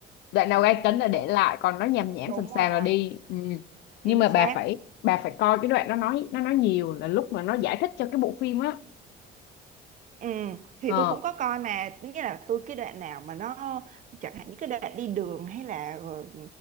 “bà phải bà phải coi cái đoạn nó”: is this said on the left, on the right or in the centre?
Left